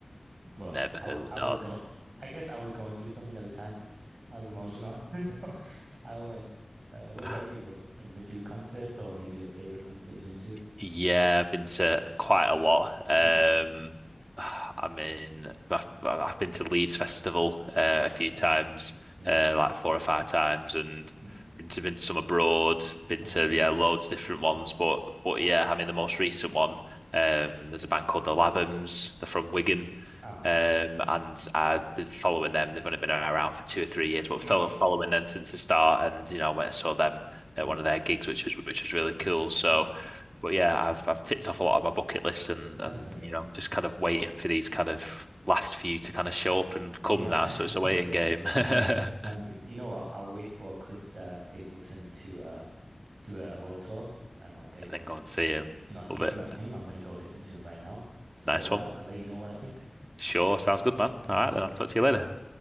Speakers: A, on the right (about 80°); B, on the right (about 20°).
A: But
B: never
A: I
B: heard
A: I
B: it. No.
A: was going I guess I was going through something at the time. I was emotional. <laughs> So I went, uh, what
B: <laughs>
A: about you? What's, have you been to concerts or maybe your favorite concert you've been to?
B: Yeah, I've been to quite a lot. Um,
A: Mm.
B: I mean, I've, I've been to Leeds Festival uh,
A: All
B: a few
A: right,
B: times,
A: okay. yeah.
B: uh, like four or five times, and
A: hmm
B: been to been to some abroad. Been
A: Oh
B: to
A: So man,
B: yeah,
A: you know,
B: loads
A: cool.
B: of different ones, but but yeah, I mean the most recent one. Um, there's a band called the Lathams. They're from Wigan,
A: Uh-huh.
B: um, and I've been following them. They've only been around for two or three years, but
A: hmm
B: follow
A: so
B: following them since the start. And you know, I went and saw them
A: Yeah.
B: at one of their gigs, which was which was really cool. So
A: Yeah.
B: but yeah, I've I've ticked
A: That's
B: off a lot of my bucket list and and
A: that's amazing.
B: you know just kind of waiting for these kind of last few to kind of show up and come
A: Yeah.
B: now. So it's a
A: <laughs>
B: waiting game, <laughs> and
A: Sounds good. You know what? I'll wait for Chris uh, Stapleton to uh, do a world tour and I'll get going.
B: then go and see him.
A: You know, speaking
B: Love it.
A: of him, I'm gonna go listen to him right now. So
B: Nice
A: uh,
B: one.
A: awesome. I'll let you know what I think.
B: Sure, sounds good, man.
A: Take
B: All right,
A: care.
B: then I'll talk to you later.